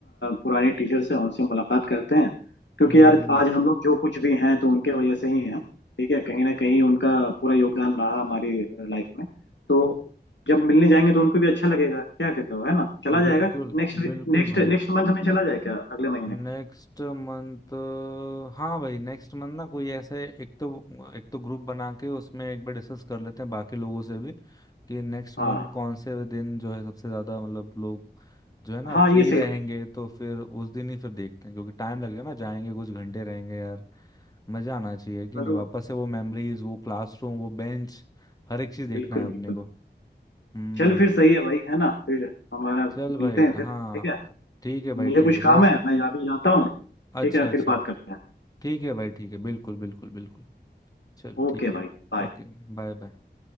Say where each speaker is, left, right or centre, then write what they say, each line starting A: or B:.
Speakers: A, on the left; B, on the left.
A: पुराने टीचर्स हैं उनसे मुलाकात करते हैं क्योंकि
B: हम्म
A: यार
B: हम्म
A: आज हम लोग जो कुछ भी हैं तो उनके वजह से ही हैं ठीक है कहीं ना कहीं उनका पूरा योगदान रहा हमारी लाइफ में तो जब मिलने जाएंगे तो उनको भी अच्छा लगेगा क्या कहते हो है ना चला जाएगा
B: बिल्कुल
A: नेक्स्ट
B: बिल्कुल
A: नेक्स्ट
B: भाई
A: नेक्स्ट मंथ में चला जाए क्या अगले महीने
B: Next month हाँ भाई नेक्स्ट मंथ ना कोई ऐसे एक तो एक तो ग्रुप बना के उसमें एक बार डिस्कस कर लेते हैं बाकी लोगों से भी कि नेक्स्ट मंथ
A: हाँ
B: कौन से दिन जो है सबसे ज्यादा मतलब लोग जो है ना
A: हाँ
B: फ्री
A: ये सही
B: रहेंगे
A: रहेगा
B: तो फिर उस दिन ही फिर देखते हैं क्योंकि टाइम लगेगा ना जाएंगे कुछ घंटे रहेंगे यार मजा आना चाहिए कि
A: चलो
B: नहीं वापस से वो मेमोरीज वो क्लासरूम वो बेंच हर एक चीज देखना
A: बिल्कुल
B: है
A: बिल्कुल
B: अपने को हम्म
A: चल फिर सही है भाई है ना फिर हमारा
B: चल भाई
A: मिलते हैं फिर
B: हाँ
A: ठीक है
B: ठीक है
A: मुझे
B: भाई
A: कुछ
B: ठीक है जैसे
A: काम है मैं अभी जाता हूँ
B: अच्छा
A: ठीक है
B: अच्छा
A: फिर बात करते हैं
B: ठीक है भाई ठीक है बिल्कुल बिल्कुल बिल्कुल चल
A: ओके
B: ठीक है
A: भाई बाय
B: ओके Bye bye